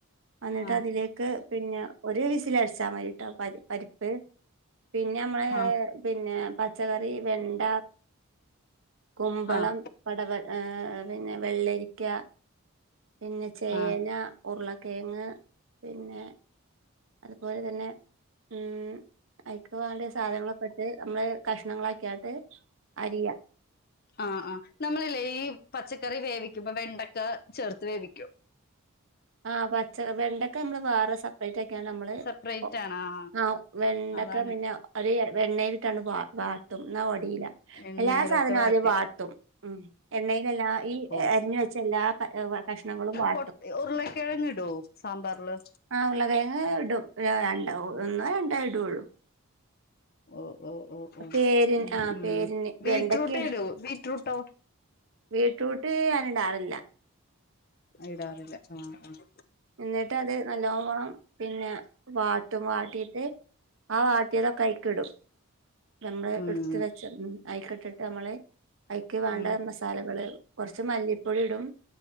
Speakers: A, on the right; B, on the left.
A: അന്നിട്ട്
B: ആഹ്
A: അതിലേ ക്ക് പിന്നെ ഒരു വിസിലടിച്ചാ മതിട്ടോ പരി പരിപ്പ് പിന്നെമ്മള്
B: ആഹ്
A: ഹ് പിന്നെ പച്ചക്കറി വെണ്ട കുമ്പളം
B: ആഹ്
A: പടവ ഏഹ് പിന്നെ വെള്ളരിക്ക പിന്നെ ചേന
B: ആഹ്
A: ഉരുളക്കേങ്ങ് പിന്നെ അതുപോലെ തന്നെ ഉം അയിക്ക് വാണ്ട്യ സാധനങ്ങളൊക്കെ ഇട്ട് നമ്മള് കഷ്ണങ്ങളാക്ക്യാട്ട് അരിയാ.
B: ആഹ് ആഹ്. നമ്മളില്ലേ ഈ പച്ചക്കറി വേവിക്കുമ്പോ വെണ്ടക്ക ചേർത്ത് വേവിക്കോ?
A: ആഹ് പച്ചക് വെണ്ടക് ക്ക നമ്മള് വേറെ സെപ്പറേറ്റ് ആക്കിയാണ്ട് നമ്മള്
B: സെപ്പറേറ്റ്
A: ഒ
B: ആണ് ആ
A: ആഹ് വെണ്ടക്ക
B: അതാണ്
A: പിന്നെ ഒര് എണ്ണയിലിട്ടാണ്ട് വാ വാട്ടും ഇന്നാ ഒടീല്ല.
B: എണ്ണയിലിട്ട്
A: എല്ലാ സാധനും
B: വാട്ടിട്ട്
A: ആദ്യം വാട്ടും ഉം. എണ്ണയിലെല്ലാ ഈ
B: ഓ
A: അരിഞ്ഞ് വെച്ച എല്ലാ കഷ്ണങ്ങളും വാ
B: പൊട്ട് ഉരുളക്കിഴങ്ങിടോ സാമ്പാർല്?
A: ആഹ് ഉരുളകിഴങ്ങ് ഇടും ര രണ്ടോ ഒന്നോ രണ്ടോ ഇടൊള്ളൂ.
B: ഓഹ് ഓഹ് ഓഹ് ഓഹ്
A: പേരിന്
B: ഉം
A: ആ
B: ഉം
A: പേരിന്
B: ബീറ്റ്റൂട്ട്
A: വെണ്ടക്ക
B: ഇടോ, ബീറ്റ്റൂട്ടോ?
A: ബീറ്റ്റൂട്ട് ഞാന് ഇടാറില്ല
B: ഇടാറില്ല ആഹ് ആഹ്
A: എന്നിട്ടത് നല്ലോണം പിന്നെ വാട്ടും. വാട്ടീട്ട് ആ വാട്ട്യതൊക്കൈക്കിടും. നമ്മള്
B: ഉം
A: ഇട്ത്ത് വെച്ച ഉം ഐക് ഇട്ടിട്ട് നമ്മള് അയ്ക്ക് വേണ്ട
B: ഉം
A: മസ് സാലകള് കൊർച്ച് മല്ലിപ്പൊടി ടും.